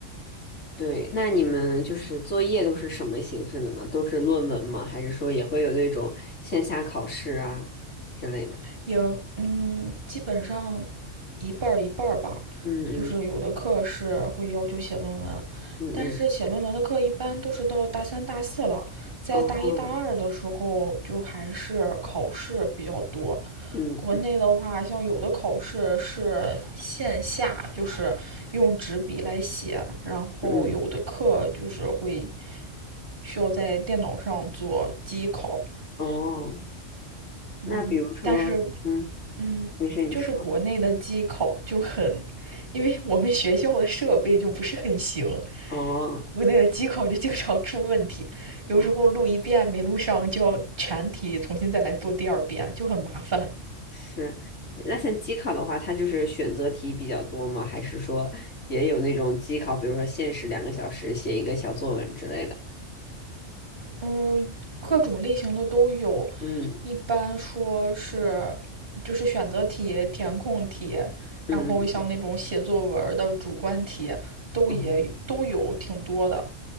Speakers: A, on the left (about 70°); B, on the right (about 40°).
A: 对。那你们就是作业都是什么形式的呢？都是论文吗？还是说也会有那种线下考试啊之类的？
B: 也嗯，基本上一半儿一半儿吧，
A: 嗯嗯
B: 就是有的课是会要求写论文，
A: 嗯嗯，
B: 但是写论文的课一般都是到大三、大四了，在大一大二的时候就还是考试比较多。
A: 哦，嗯
B: 国内的话，像有的考试是线下，就是用纸笔来写，然后有的课就是会
A: 嗯
B: 需要在电脑上做机考。
A: 嗯，哦，那比如说，
B: 嗯，但是
A: 嗯，
B: 嗯，
A: 没事，你说，
B: 就是国内的机考就很，因为我们学校的设备就不是很行，
A: 哦。
B: 国内的机考就经常出问题，有时候录一遍没录上，
A: 哦。
B: 就要全题重新再来做第二遍，就很麻烦。
A: 是，那像机考的话，它就是选择题比较多吗？还是说也有那种机考，比如说限时两个小时写一个小作文之类的？
B: 嗯，各种类型的都有，
A: 嗯
B: 一般说是就是选择题、填空题，
A: 嗯
B: 然后像那种写作文的主观题都也都有挺多的。
A: 哦，